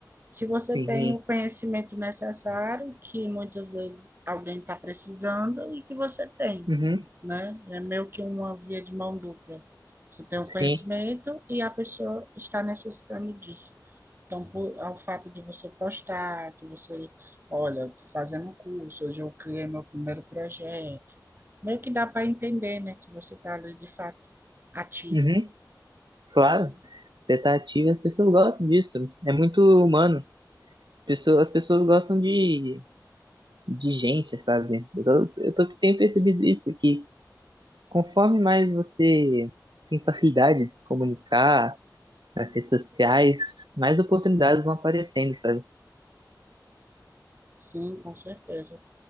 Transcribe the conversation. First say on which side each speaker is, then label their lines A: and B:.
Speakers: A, on the right (about 30°); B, on the right (about 75°).
A: que você
B: Sim,
A: tem o conhecimento necessário, que muitas vezes alguém está precisando e que você tem
B: uhum,
A: né? É meio que uma via de mão dupla. Você tem o conhecimento
B: sim,
A: e a pessoa está necessitando disso. Então, por, ao fato de você postar, que você, olha, tô fazendo um curso, hoje eu criei meu primeiro projeto, meio que dá para entender, né, que você está ali de fato ativo.
B: uhum. Claro, você tá ativo e as pessoas gostam disso. É muito humano. Pessoa- as pessoas gostam de, de gente, sabe? Eu, tô- eu tô- tenho percebido isso, que conforme mais você tem facilidade de se comunicar nas redes sociais, mais oportunidades vão aparecendo, sabe?
A: Sim, com certeza.